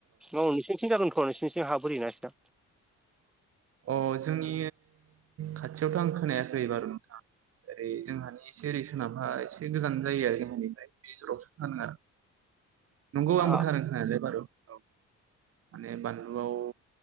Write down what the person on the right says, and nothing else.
अ जोंनि खाथियावथ' आं खोनायाखै बारु नोंथां ओरै जोंहानि एसे ओरै सोनाबहा एसे गोजान जायो जोंहानिफ्राय बे जरावसो फानो आरो नंगौ
आंबो खोनादों खोनानाया बारु औ माने बानलुआव